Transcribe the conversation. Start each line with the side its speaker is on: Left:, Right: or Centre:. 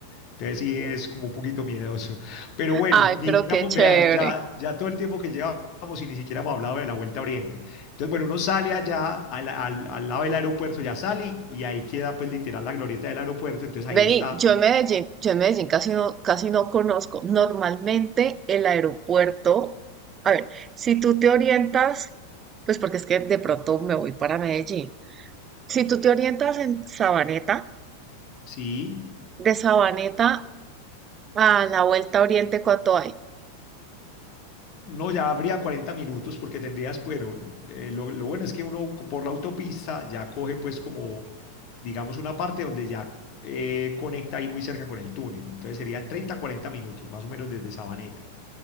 Left: entonces sí es como un poquito miedoso, pero bueno,
Right: Ay,
Left: ni
Right: pero
Left: siquiera,
Right: qué
Left: hemos-
Right: chévere.
Left: vea, ya, ya todo el tiempo que llevamos y ni siquiera hemos hablado de la Vuelta a Oriente, entonces bueno, uno sale allá al, al- al lado del aeropuerto, ya sale y, y ahí queda pues literal la glorieta del aeropuerto, entonces ahí
Right: Vení,
Left: está,
Right: yo en Medellín, yo en Medellín casi no, casi no conozco. Normalmente el aeropuerto, a ver, si tú te orientas, pues porque es que de pronto me voy para Medellín. Si tú te orientas en Sabaneta,
Left: sí,
Right: de Sabaneta a la Vuelta a Oriente, ¿cuánto hay?
Left: No, ya habría 40 minutos porque tendrías, bueno, eh, lo, lo bueno es que uno co- por la autopista ya coge pues como, digamos, una parte donde ya eh, conecta ahí muy cerca con el túnel. Entonces serían 30, 40 minutos más o menos desde Sabaneta.